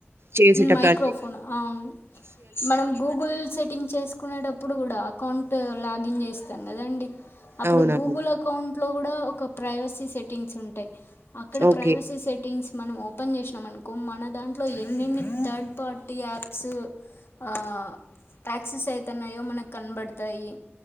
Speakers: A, on the right; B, on the left.
A: చేసేటప్పుడు
B: మైక్రోఫోన్
A: అంటే
B: ఆ మనం గూగుల్ సెట్టింగ్ చేసుకునేటప్పుడు కూడా అకౌంట్ లాగిన్ చేస్తాం కదండి అప్పుడు
A: అవునవును.
B: గూగుల్ అకౌం ట్లో కుడా ఒక ప్రవేసి సెట్టిగ్స్ ఉంటాయి అక్క
A: ఓకే.
B: ప్రయివేసి సెటింగ్స్ మనం ఓ ఓపెన్ చేసినాం అనుకో మన దాంట్లో ఎన్నిన్ని థర్డ్ పార్టీ యాప్స్ ఆ యాక్సెస్ అయితన్నాయో మనకు కనబడతాయి